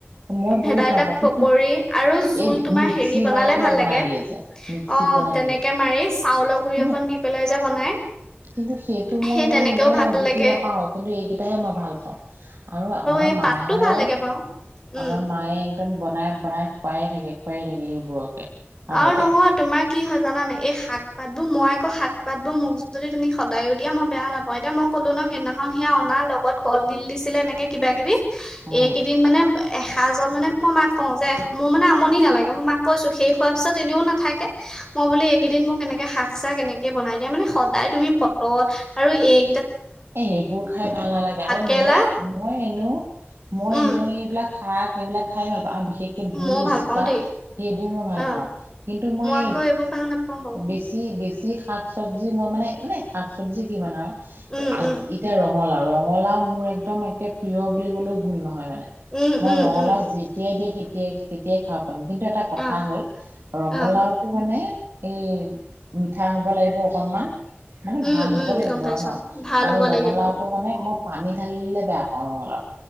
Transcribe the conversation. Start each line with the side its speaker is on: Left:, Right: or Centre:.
Right: মই
Left: ভেদাইলতা
Right: বহুত ভাল পাওঁ কিন্তু
Left: পকৰী আৰু জোল
Right: এই
Left: তোমাৰ
Right: মিক্সি
Left: হেৰি বনালে
Right: মাৰি পেলাই
Left: ভাল
Right: বনাই
Left: লাগে অ
Right: দিয়ে যে মিক্সিত বনাই
Left: অ তেনেকে
Right: দিয়ে যে
Left: মাৰি চাউলৰ গুৰি
Right: কিন্তু
Left: অকন দি পেলাই যে বনাই
Right: কিন্তু সেইটো মই
Left: সেই
Right: ইমান
Left: তেনেকেও
Right: মানে
Left: ভাল
Right: জুতি
Left: লাগে
Right: নাপাও কিন্তু এইকেইটা মই ভাল পাওঁ আৰু আমাৰ
Left: এই
Right: মায়ে
Left: পাতটো ভাল
Right: আৰু
Left: লাগে বাৰু উম।
Right: আমাৰ মায়ে একদম বনাই বনাই খোৱাই থাকে খোৱাই থাকে সেইবোৰকে আগতে
Left: আৰু নহয় তোমাক কি হয় জানানে এই শাক পাত বোৰ মই আকৌ শাক পাত বোৰ মোক যদি তুমি সদায়ো দিয়া মই বেয়া নাপাওঁ এতিয়া মোক কলো ন সদিনাখন সিয় অনা লগত কলডিল দিছিলে এনেকে কিবা কিবি
Right: উম
Left: এইকেইদিন মানে এসাঁজত মানে মই মাক কওঁ যে মোৰ মানে আমনি নালাগে মই মাক কৈছো সেই খোৱাৰ পিছত এনেও নাথাকে মই বো এইকেইদিন মোক এনেকে শাক চাক এনেকে বনাই দিয়া মানে সদায় তুমি অ আৰু এই
Right: এ সেইবোৰ খাই ভাল নালাগে আৰু
Left: কেৰেলা
Right: মই মই এনো মই
Left: উম
Right: এনেও এইবিলাক শাক এইবিলাক খাই ভাল পাওঁ আৰু বিশেষকে ভোল
Left: মইও ভাল
Right: জিকা
Left: পাওঁ দেই
Right: ভ মই ভাল
Left: অ
Right: পাওঁ। কিন্তু মই
Left: আকৌ এইবোৰ ভাল নাপাওঁ বাৰু
Right: বেছি বেছি যি শাক চবজি মই মানে মানে শাক চব্জি কি মানে আৰু
Left: উম
Right: আজ
Left: উম
Right: এতিয়া ৰঙালাও ৰঙালাও মোৰ একদম একে প্ৰিয় বুলি কলেও ভুল নহয় মানে
Left: উম
Right: মই
Left: উম
Right: ৰঙালাও
Left: উম
Right: যেতিয়াই দিয়ে তিয়াই তেতিয়াই খাব কিন্তু এটা কথা
Left: অ
Right: হ'ল ৰঙালাওটো
Left: অ',
Right: মানে এই মিঠা হব লাগিব অকনমান মানে
Left: উম,
Right: ভাল
Left: উম,
Right: হ'ব লাগিব
Left: গম পাইছোঁ
Right: আৰু ন
Left: অ', ভাল
Right: আৰু
Left: হ'ব
Right: ৰঙালাওটো
Left: লাগিব।
Right: মানে মই পানী ঢালিলে বেয়া পাওঁ ৰঙালাও